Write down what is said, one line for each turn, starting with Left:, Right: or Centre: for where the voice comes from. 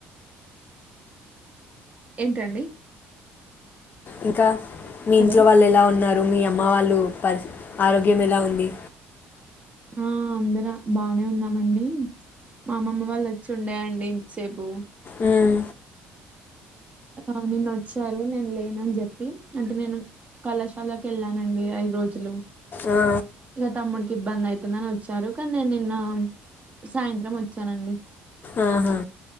Right: ఏంటండి
Left: ఇంకా మీ
Right: హలో
Left: ఇంట్లో వాళ్ళు ఎలా ఉన్నారు మీ అమ్మ వాళ్ళు పరి ఆరోగ్యం ఎలా ఉంది
Right: ఆ అందరం బానే ఉన్నామండి మా అమ్మమ్మ వాళ్ళు వచ్చి ఉండేయండి ఇంతసేపు
Left: మ్మ్,
Right: ఆ నిన్న వచ్చారు నేను లేనని చెప్పి అంటే నేను కళాశాలకి వెళ్ళానండి ఐదు రోజులు
Left: ఆ,
Right: ఇక తమ్ముడికి ఇబ్బంది అయితుందని వచ్చారు కానీ నేను నిన్న సాయంత్రం వచ్చానండి
Left: ఆహా